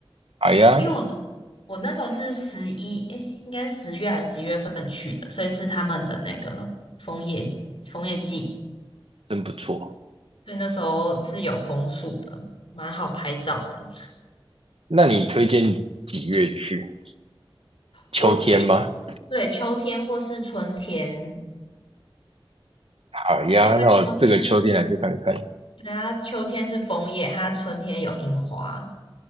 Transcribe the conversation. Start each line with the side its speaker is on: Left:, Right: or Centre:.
Right: 哎呀，
Left: 因为我我那时候是十一，诶，应该十月还是十一月份去的，所以是他们的那个枫叶枫叶季，
Right: 真不错。
Left: 所以那时候是有枫树的，蛮好拍照的。
Right: 那你推荐几月去？秋天吗？
Left: 我记得，对，秋天或是春天，
Right: 好呀，
Left: 因为它秋天是，
Right: 那我这个秋天来去看看，
Left: 对啊，它秋天是枫叶，它春天有樱花，